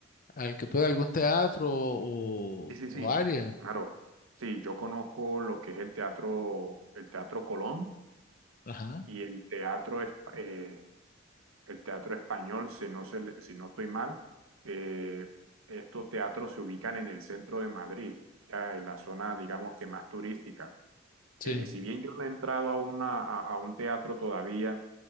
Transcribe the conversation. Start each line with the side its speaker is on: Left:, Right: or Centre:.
Left: al que pueda, algún teatro o,
Right: Sí, sí, sí,
Left: o área?
Right: claro. Sí, yo conozco lo que es el teatro, el Teatro Colón
Left: Ajá,
Right: y el teatro, es- eh, el teatro español, si no, se le- si no estoy mal. Eh, estos teatros se ubican en el centro de Madrid, ya en la zona, digamos que más turística.
Left: sí,
Right: Eh, si bien yo no he entrado a, una, a, a un teatro todavía,